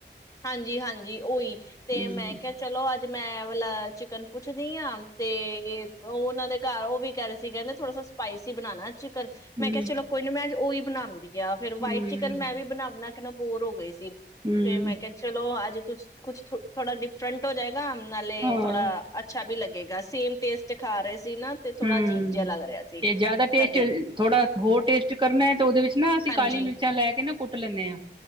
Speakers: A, on the left; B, on the right.
A: ਹਾਂਜੀ ਹਾਂਜੀ ਓਹੀ ਤੇ
B: ਹਮ।
A: ਮੈਂ ਕਿਹਾ ਚਲੋ ਅੱਜ ਮੈਂ ਆਹ ਵਾਲਾ ਚਿਕਨ ਪੁੱਛਦੀ ਹਾਂ ਤੇ ਉਹ ਉਹਨਾਂ ਦੇ ਘਰ ਉਹ ਵੀ ਕਹਿ ਰਹੇ ਸੀ ਕਹਿੰਦੇ ਥੋੜਾ ਸ ਸਪਾਈਸੀ ਬਣਾਣਾ ਚ
B: ਹਮ
A: ਮੈਂ ਕਿਹਾ ਚਲੋ ਕੋਈ ਨੀ ਮੈਂ ਉਹੀ ਬਣਾਂਦੀ ਜਾਂ ਫਿਰ ਵਾਈਟ
B: ਹਮ
A: ਚਿਕਨ ਮੈਂ ਵੀ ਬਣਾਉਦਾ ਬੋਰ ਹੋ ਗਏ ਸੀ
B: ਹਮ
A: ਤੇ ਮੈਂ ਕਿਹਾ ਚਲੋ ਅੱਜ ਕੁਛਥੋੜਾ ਡਿਫਰੈਂਟ ਹੋ ਜਾਏਗਾ ਨਾਲੇ
B: ਹਾਂ
A: ਥੋੜਾ ਅੱਛਾ ਵੀ ਲ ਹੇਗਾ ਸੇਮ ਟੇਸਟ ਖਾ ਰਹੇ ਸੀ ਨਾ ਤੇ ਥੋੜਾ
B: ਹਮ
A: ਅਜੀਬ ਜਿਹਾ ਲੱਗ ਰਿਹਾ ਸੀ।
B: ਤੇ ਜ਼ਿਆਦਾ ਟੇਸਟ
A: ਤਦੇ
B: ਥੋੜਾ ਹੋਰ ਟੇਸਟ ਕਰਨਾ ਹੈ ਤੇ ਉਹਦੇ ਵਿੱਚ ਨਾ ਅਸੀਂ
A: ਹਾਂਜੀ
B: ਕਾਲੀ ਮਿਰਚਾਂ ਲੈ ਕੇ ਨਾ ਕੁੱਟ ਲੈਂਦੇ ਆਂ